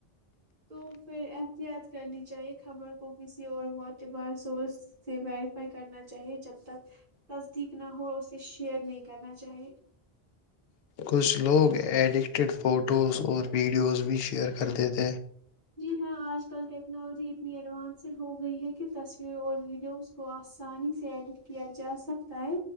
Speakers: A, on the right; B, on the left.
A: تو پھر احتیاط کرنی چاہے خبر کو کسی اور معتبر سورس سے ویریفائی کرنا چاہے جب تک تصدیق نہ ہو اسے شیئر نہیں کرنا چاہیے
B: کچھ لوگ ایڈکٹڈ فوٹوز اور ویڈیوز بھی شیئر کرتے تھے
A: جی ہاں آج کل ٹیکنالوجی اتنی ایڈوانس سے ہو گئی ہے کہ تصویروں اور ویڈیوز کو آسانی سے ایڈٹ کیا جاسکتا ہے